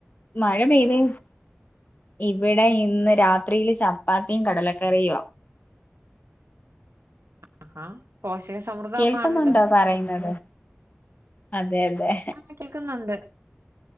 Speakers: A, on the left; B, on the right.
A: മഴ പെയ്തേന് ഇവിടെ ഇന്ന് രാത്രിയില് ചപ്പാത്തിയും കടലക്കറിയുവാ
B: ആഹാ പോഷക സമൃദ്ധമാണല്ലോ
A: കേൾക്കുന്നുണ്ടോ പറയുന്നത് അതെ അതെ
B: ആ കേൾക്കുന്നുണ്ട്